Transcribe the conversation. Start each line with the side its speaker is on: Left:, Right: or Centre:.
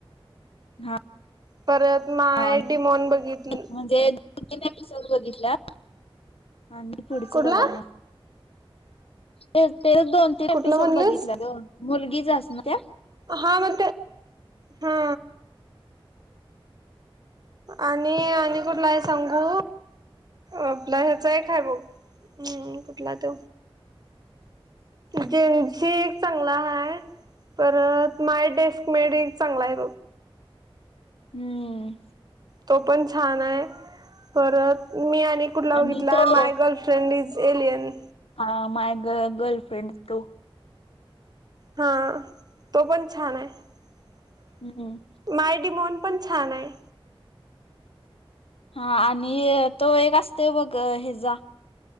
Left: हा
Right: परत माय
Left: हा
Right: डीमॉन बघितली
Left: म्हणजे एपिसोड बघितला आणि पुढच
Right: कुठला
Left: बघा ना ते ते दोन तीन
Right: कुठलं
Left: एपिसोड
Right: म्हणलेस
Left: बघितल्या मुलगीच अस ना त्या
Right: हा म हा आणि आणि कुठला आहे सांगू आपला ह्याचा एकय बघ हम् कुठला ते जेनस एक चांगला ह परत माय डेस्क मेड चांगला आहे
Left: हम्म
Right: तो पण छान आहे परत मी आणि कुठला
Left: आणि
Right: बघितला
Left: तो
Right: आहे माय गर्लफ्रेंड इज एलियन
Left: हा माय ग गर्लफ्रेंड तू
Right: हा तो पण छान आहे
Left: हम्म
Right: मायडमन पण छान आहे.
Left: हा आणि तो एक असतो बघ हेजा.